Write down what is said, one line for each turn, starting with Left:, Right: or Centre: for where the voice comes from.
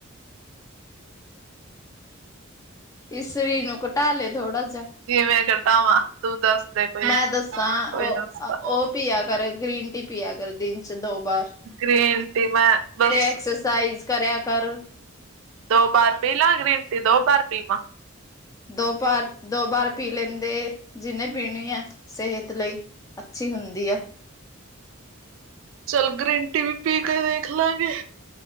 Left: ਇਸ ਸਰੀਰ ਨੂੰ ਘਟਾ ਲੇ ਥੋੜਾ ਜਿਆ।
Right: ਕਿਵੇਂ ਘਟਾਵਾਂ ਤੂੰ ਦੱਸ ਦੇ ਕੋਈ,
Left: ਮੈਂ ਦੱਸਾਂ
Right: ਕੋਈ
Left: ਉਹ
Right: ਨੁਸਖਾ।
Left: ਉਹ ਪੀਆ ਕਰ ਗ੍ਰੀਨ ਟੀ ਪਿਆ ਕਰੋ ਦਿਨ <unintelligible>
Right: ਗ੍ਰੀਨ ਟੀ ਮੈਂ ਬਸ
Left: ਤੇ ਐਕਸਰਸਾਈਜ਼ ਕਰਿਆ ਕਰ
Right: ਦੋ ਬਾਰ ਪੀਲਾਂ ਗ੍ਰੀਨ ਟੀ, ਦੋ ਬਾਰ ਪੀਵਾਂ।
Left: ਦੋ ਪਾਰ ਦੋ ਬਾਰ ਪੀ ਲੈਂਦੇ ਜਿੰਨੇ ਪੀਣੀ ਆ, ਸਿਹਤ ਲਈ ਅੱਛੀ ਹੁੰਦੀ ਆ।
Right: ਚਲ ਗ੍ਰੀਨ ਟੀ ਵੀ ਪੀ ਕੇ ਦੇਖ ਲਾਂਗੇ।